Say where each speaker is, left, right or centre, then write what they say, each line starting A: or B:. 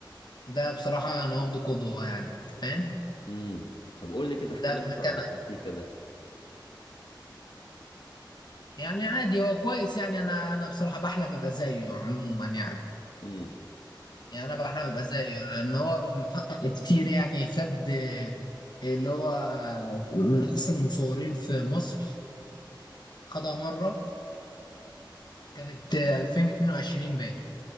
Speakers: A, on the left; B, on the left.
A: ده بصراحة أنا واخده قدوة يعني أنت فاهم
B: امم طب قول لي كده احكي
A: ده
B: لي
A: في
B: اكتر
A: مكانه
B: عن انتيكا ده
A: يعني عادي هو كويس يعني أنا أنا بصراحة بحلم أبقى زيه عموما يعني
B: امم
A: يعني انا بقى احنا ببقى زيه لان هو محقق كتير يعني خد آه، اللي هو من احسن المصورين في مصر خدها مره كانت آه، 2022 باين